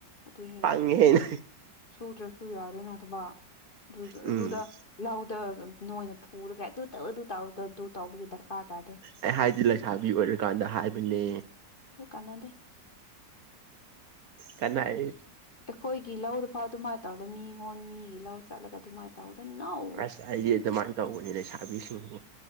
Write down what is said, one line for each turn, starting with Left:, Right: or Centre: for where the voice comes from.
Left: ꯑꯗꯨꯅꯦ
Right: ꯄꯪꯉꯦꯍꯦ
Left: ꯁꯨꯗ꯭ꯔꯁꯨ ꯌꯥꯔꯦꯅ ꯊꯕꯛ ꯑꯗꯨ
Right: ꯎꯝ
Left: ꯑꯗꯨꯗ꯫ ꯂꯧꯗ ꯅꯣꯏꯅ ꯐꯨꯔꯒ ꯑꯗꯨ ꯇꯧ ꯑꯗꯨ ꯇꯧ ꯑꯗꯨ ꯇꯧꯕꯒꯤ ꯗꯔꯀꯥꯔ꯫ ꯇꯥꯗꯦ
Right: ꯑꯩ ꯍꯥꯏꯗꯤ ꯂꯩꯁꯥꯕꯤ ꯑꯣꯏꯔꯀꯥꯟꯗ ꯍꯥꯏꯕꯅꯦ‌꯫
Left: ꯑꯗꯨ ꯀꯥꯟꯅꯗ‌ꯦ꯫
Right: ꯀꯥꯟꯅꯩ꯫
Left: ꯑꯩꯈꯣꯏꯒꯤ ꯂꯧꯗ ꯐꯥꯎ ꯑꯗꯨꯃꯥꯏꯅ ꯇꯧꯗꯦ ꯃꯤꯉꯣꯟ ꯃꯤꯒꯤ ꯂꯧ ꯆꯠꯂꯒ ꯑꯗꯨꯃꯥꯏꯅ ꯫ ꯇꯧꯗ ꯅꫭ
Right: ꯑꯁ ꯑꯩꯗꯤ ꯑꯗꯨꯃꯥꯏꯅ ꯇꯧꯕꯅꯤ ꯂꯩꯁꯥꯕꯤꯁꯤꯡ